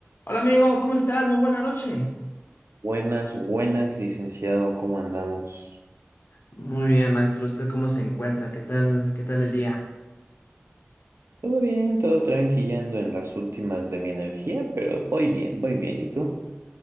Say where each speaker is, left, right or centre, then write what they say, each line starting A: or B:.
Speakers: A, on the left; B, on the right.
A: Hola amigo, ¿cómo estás? Muy buena noche.
B: Buenas, buenas, licenciado, ¿cómo andamos?
A: Muy bien, maestro. ¿Usted cómo se encuentra? ¿Qué tal? ¿Qué tal el día?
B: Todo bien, todo tranquilando en las últimas de mi energía, pero voy bien, voy bien. ¿Y tú?